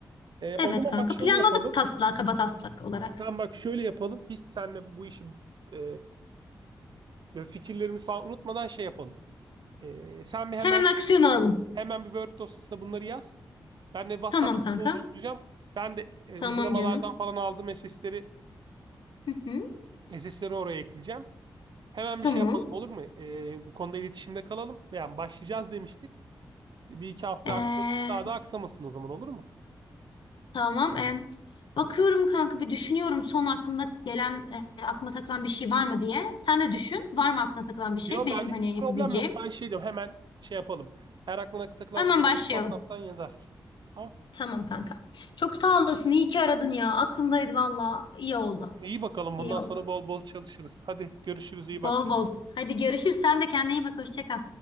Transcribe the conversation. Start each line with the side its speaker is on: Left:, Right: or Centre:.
Right: Ee,
Left: Evet
Right: o zaman
Left: kanka.
Right: bak şöyle
Left: Planladık
Right: yapalım.
Left: taslak, kaba taslak olarak.
Right: Tamam bak şöyle yapalım. Hiç seninle bu işi e, böyle fikirlerimizi falan unutmadan şey yapalım. Ee, sen bir
Left: Hemen
Right: hemen
Left: aksiyon alalım.
Right: hemen bir Word dosyasına bunları yaz. Ben de WhatsApp
Left: Tamam kanka.
Right: grubu oluşturacağım. Ben de e,
Left: Tamam
Right: uygulamalardan
Left: canım.
Right: falan aldığım SS'leri
Left: Hı hı,
Right: SS'leri oraya ekleyeceğim. Hemen
Left: tamam.
Right: bir şey yapalım olur mu? E, bu konuda iletişimde kalalım. Yani başlayacağız demiştik. Bir iki hafta
Left: Ee,
Right: aksadı. Daha da aksamasın o zaman olur mu?
Left: tamam. Ee, bakıyorum kanka bir düşünüyorum son aklımda gelen, e, aklıma takılan bir şey var mı diye. Sen de düşün. Var mı aklına takılan bir şey?
Right: Yo
Left: Benim
Right: benlik
Left: hani
Right: bir problem
Left: yapabileceğim.
Right: yok. Ben şey diyorum hemen şey yapalım. Eğer aklına takılan
Left: Hemen
Right: bir şey
Left: başlayalım.
Right: varsa WhatsApp'tan yazarsın. Tamam.
Left: Tamam kanka. Çok sağ olasın. İyi ki aradın ya. Aklımdaydı valla. İyi oldu.
Right: İyi bakalım
Left: İyi
Right: bundan
Left: oldu.
Right: sonra bol bol çalışırız. Hadi görüşürüz iyi bak.
Left: Bol
Right: kendine.
Left: bol. Hadi görüşürüz. Sen de kendine iyi bak. Hoşça kal.